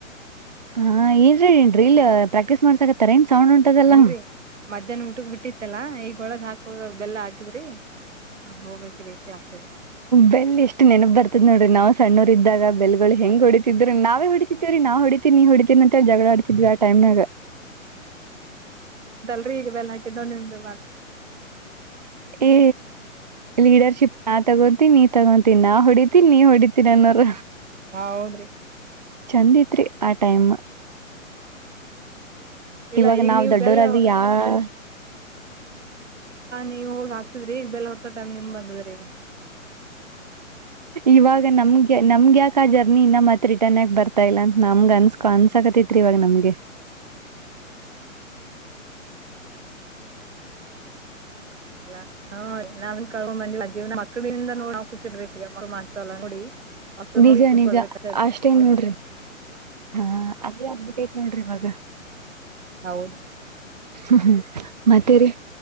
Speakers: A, on the right; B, on the right.
A: ಹಾ ಏನ್ರೀ. ರೀಲ್ ಪ್ರಾಕ್ಟೀ್ ಮಾಡ್ಸಕತ್ತಾರ. ಸೌಂಡ್ ಉಂಟದಲ್ಲ
B: ಇಲ್ರರಿ ಮಧ್ಯಾಹ್ನ ಊಟಗ್ ಬಿಟ್ಟಿತ್ತಲ್ಲಾ ಈಗ ಒಳದ ಹಾಕುವ ಬೆಲ್ಲ ಹಾಕಿದ್ರಿ. ಹೋಗ್ಬೇಕ್ರಿ ಕ್ಲಾಸಿಗ್
A: ಬೆಲ್ ಎಷ್ಟ್ ನೆನಪ ಬರ್ತದ್ ನೋಡ್ರಿ ನಾವ್ ಸಣ್ಣೂರ್ ಇದ್ದಾಗ ಬೆಲ್ಗಳು ಹೆಂಗ್ ಹೊಡಿತಿದ್ರರು ನಾವ. ಹಿಡಿತೀವ ರ ನಾ ಹ ಹೊ. ನೀ ಹುಡಿತೀನ ಅಂತ ಜಗಳ ಆಡ್ತಿದ್ವಿ ಆ ಟೈಮ್ನಾಗ.
B: ್ರ ಬೆಲಾ ದ್ಣಂದು.
A: ಈ ಲೀಡರ್ ನಾನ್ ತಗೊಂತೀ ನೀ ತಗೊಂತೀನಿ ಹೊಡಿತೀನ್ ನೀ ಹೊಡಿತೀರಿ ನನ್ನೋರ.
B: ಹೌದ್ರಿ
A: ಚಂದ ತ್ರಿ ಆ ಟೈಮ್.
B: ಇಲ್ಲ
A: <inaudible> ಇವಾಗ
B: ಈಗ
A: ನಾವ್
B: ನೀವ್
A: ದೊಡ್ಡೋರಾದ್ರೂ
B: ಬೆಲ್ಲ
A: ಯಾ. <inaudible>
B: ನೀವು ಹೋಗ ಹಕ್ತಿದ್ರಿ ಈಗ ಬೆಲೆ ಹೊಡೆಸೋ ಟೈಮ್ ನಿಮ್ ಬಂದಿದ್ರ ಈಗ.
A: ಇವಾಗ ನಮ. ನಮ್ಗ ಯಾಕ ಆ ಜರ್ನಿ ಇನ್ನ ಮತ್ ರಿಟರ್ನ್ ಯಕ ಬರ್ತಾ ಇಲ್ಲ ಅಂತ ನಮ್ಗ ಅನ್ಸ್ಕೊ ಅನ್ಸಾಕತಿತ್ರಿ ಇವಾಗ ನಮ್ಗೆ.
B: ಅಲ್ಲಾ ಹ ನಾವನ್ ಕಳ್ೊಂಡ್ ಬಂದಿವ ಮಕ್ಕಳಿಂದ ನೋಡ್ ನಾ್ ಖುಷಿ ಇಡ್ಬೇಕ ಈಗ ಮಳ ಮಾಡ್ತವಲ್ಲ ನೋಡಿ. ಅವ
A: ನಿಜ
B: ನೋಡಿ ಖುಷಿಪಡ್ಬೇಕ
A: ನಿಜ ಅಷ್ಟೇ ನೋಡ್ರಿ. ಹಾ ಅದೇ ಆಗ್ಬಿಟ್ಟೈತ್ ನೋಡ್ರಿ ಇವಾಗ.
B: ಹೌದು.
A: ಹ್ಮ್ ಹ್ಮ್ ಮತ್ತೇರಿ.